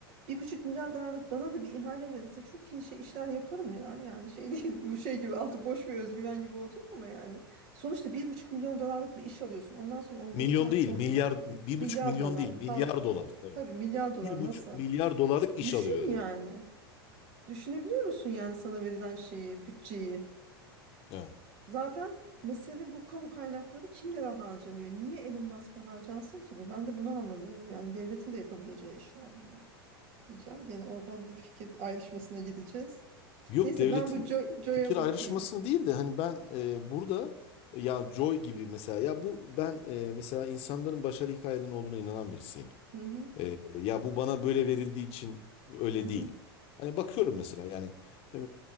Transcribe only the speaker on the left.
Milyon
değil
milyar
bir
buçuk milyon
değil milyar
dolar tabii.
Bir buçuk
milyar dolarlık iş
alıyor yani.
Evet.
Yok
devletin
fikir ayrışmasını
değil de hani ben e, burada ya Joy gibi mesela ya bu ben e, mesela insanların başarı hikayelerinin olduğuna inanan birisiyim.
E, ya bu bana böyle verildiği için öyle
değil. Hani bakıyorum mesela yani e,